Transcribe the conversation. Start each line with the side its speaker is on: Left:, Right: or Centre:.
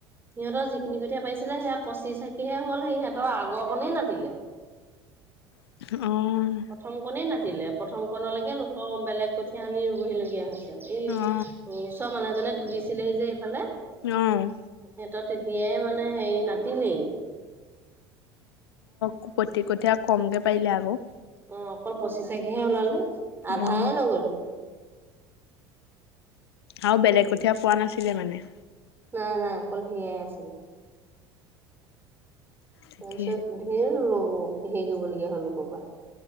Right: সিহঁতৰ যিখিনি কঠীয়া পাৰিছিলে সেয়া পঁচি আঁখীহে হ'ল সেই সিহঁতৰ আগৰ কণই নাছিলে ', উম',
Left: অওওও', -উম',
Right: প্ৰথম কনেই নাছিলে, প্ৰথম কণলৈকে লোকৰ বেলেগ', কঠীয়া আনি ৰুবহি লগীয়া হৈছে এই',
Left: অ
Right: - উম', ওচৰ মানুহজনে তুলিছিলেহি যে ইফালে',
Left: অহ',
Right: সিহঁতৰ তেতিয়াই মানে হেৰি নাতিলি',
Left: ক', -ক', -কঠী', -কঠীয়া কমকে পাৰিলে আকৌ',
Right: অওও', অকল পঁচিশ তাৰিখেহে ওলালে, আধায়ে
Left: উম
Right: নগলে',
Left: আৰু বেলেগ কঠীয়া পোৱা নাছিলে মানে',
Right: নাই - নাই অকল সেয়াই আছিল',
Left: তাকে
Right: তাৰপিছত ধেৰ ল'ব, হেৰি ল'ব লগীয়া হ'ল লোকৰ পৰা',